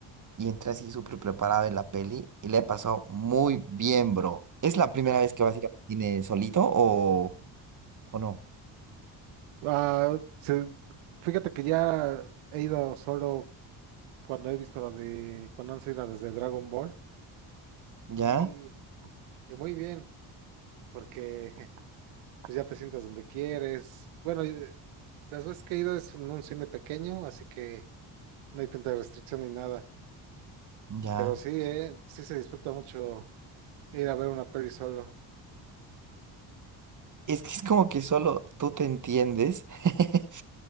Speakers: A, on the right (about 40°); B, on the right (about 85°).
A: y entré así súper preparado en la peli y le he pasado muy bien, bro. ¿Es la primera
B: <laughs> Ajá.
A: vez que vas a ir al cine solito o, o no?
B: Ah, se- fíjate que ya he ido solo cuando he visto la de, cuando han sido las desde Dragon Ball
A: ¿Ya?
B: y, y muy bien, porque <laughs> pues ya te sientas donde quieres. Bueno, y, eh, las veces que he ido es en un cine pequeño, así que no hay tanta restricción ni nada,
A: Ya.
B: pero sí, eh, sí se disfruta mucho ir a ver una peli solo.
A: Es que es como que solo tú te entiendes. <laughs>